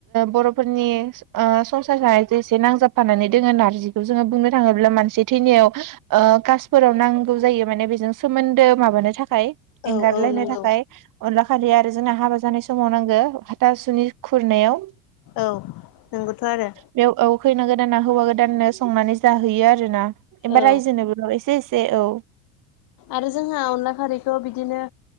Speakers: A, on the right; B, on the left.
A: बर'फोरनि ओ संसार जे एसे नांजाबफानानै दोङो नार्जिखौ जोङो बुंनो थाङोब्ला मानसि थैनायाव ओ कासफोराव नांगौ जायो माने बेजों सोमोन्दो माबानो थाख खाय एंगारलायनो
B: औ औ नंगौ
A: थाखाय अनला खारि आरो जोंना हाबा जानाय समाव नांगौ हाथासुनि खुरनायाव
B: औ नोंगौथ' आरो
A: बेयाव औ खैना गोदाना हौवा गोदाननो संनानै जाहैयो आरो ना एबा
B: औ
A: रायजोनोबो एसे एसे औ
B: आरो जोंहा अनला खारैखौ बिदिनो